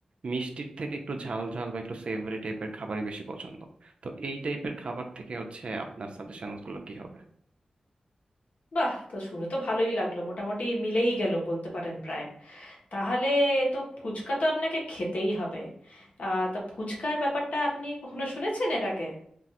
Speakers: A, on the right; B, on the left.
A: মিষ্টির থেকে একটু ঝাল ঝাল বা একটু সেভরি টাইপের খাবারই বেশি পছন্দ তো এই টাইপের খাবার থেকে হচ্ছে আপনার সাজেশনস গুলো কি হবে
B: বাহ তো শুনে তো ভালোই লাগলো মোটামুটি মিলেই গেল বলতে পারেন প্রায় তাহলে তো ফুচকা তো আপনাকে খেতেই হবে আহ তা ফুচকার ব্যাপারটা আপনি কখনো শুনেছেন এর আগে